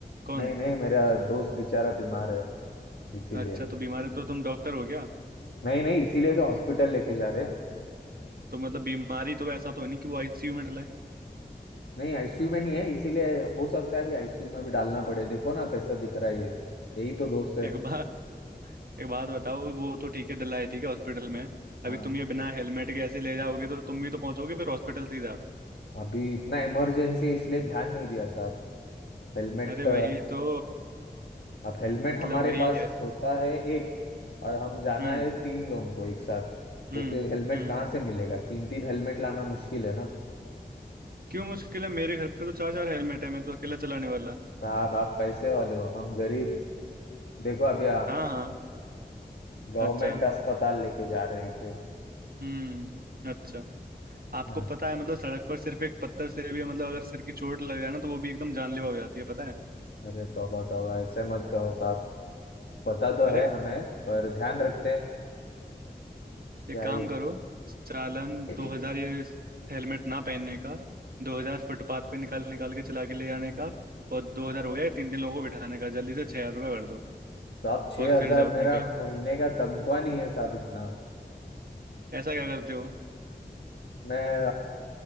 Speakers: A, on the right; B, on the left.
A: कौन
B: नहीं नहीं मेरा दोस्त बेचारा बीमार है इसीलिए
A: अच्छा तो बीमार है तो तुम डॉक्टर हो गया
B: नहीं नहीं इसीलिए तो हॉस्पिटल लेके जा रहे हैं
A: तो मतलब बीमारी तो ऐसा तो नहीं कि वो आईसीयू में डला है
B: नहीं आईसीयू में नहीं है इसीलिए हो सकता है अभी आईसीयू में भी डालना पड़े देखो ना कैसा दिख रहा है ये यही तो दोस्त है
A: एक बार एक बात बताओ वो तो ठीक है डला है ठीक है हॉस्पिटल में अभी
B: हाँ
A: तुम ये बिना हेलमेट के ऐसे ले जाओगे तो तुम भी तो पहुंचोगे फिर हॉस्पिटल सीधा
B: अभी इतना इमरजेंसी है इसलिए ध्यान नहीं दिया साहब हेलमेट
A: अरे वही तो
B: अब हेलमेट
A: मतलब
B: हमारे
A: वही
B: पास
A: है
B: होता है एक और हम जाना
A: हम्म
B: है तीन लोगों को एक साथ
A: हम्म
B: तो फिर हेलमेट
A: हम्म
B: कहाँ से मिलेगा तीन तीन हेलमेट लाना मुश्किल है ना
A: क्यों मुश्किल है मेरे घर पे तो चार चार हेलमेट है मैं तो अकेला चलाने वाला
B: साहब आप पैसे वाले हो हम गरीब देखो अभी
A: हाँ हाँ
B: गवर्नमेंट
A: अच्छा
B: अस्पताल लेके जा रहे हैं इसे
A: हम्म अच्छा आपको
B: हाँ
A: पता है मतलब सड़क पर सिर्फ एक पत्थर से भी मतलब अगर सिर की चोट लग जाए ना तो वो भी एकदम जानलेवा हो जाती है पता है
B: अरे तौबा तौबा ऐसे मत कहो साहब पता तो
A: अरे
B: है हमें पर ध्यान रखते हैं
A: एक
B: क्या
A: काम
B: ही
A: करो चालान
B: <clears throat>
A: दो हजार ये हेलमेट ना पहनने का दो हजार फुटपाथ पे निकाल निकाल के चला के ले जाने का और दो हजार हो गया तीन तीन लोगों को बिठाने का जल्दी से छह हजार रुपये भर दो
B: तो आप छह
A: और
B: हजार
A: फिर जाओ अपनी
B: मेरा
A: पे
B: महीने का तनख्वाह नहीं है साहब इतना
A: ऐसा क्या करते हो
B: मैं